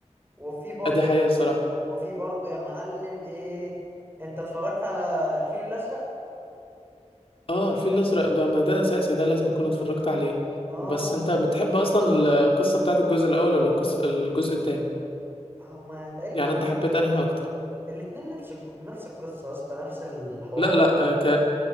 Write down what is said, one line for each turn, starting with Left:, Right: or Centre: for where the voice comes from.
Right: وفي برضه
Left: دي حقيقة الصراحة
Right: وفي برضه يا معلم ايه انت اتفرجت على الفيل الازرق
Left: اه الفيل الازرق ده ما ده اساسي ده لازم اكون اتفرجت عليه
Right: اه
Left: بس انت بتحب اصلا القصة بتاعت الجزء الاول ولا القصة الجزء التاني
Right: هما تقريبا
Left: يعني انت حبيت انهي اكتر
Right: الاتنين نفس نفس القصه يا اسطى نفس الحوار
Left: لا لا آه، ك...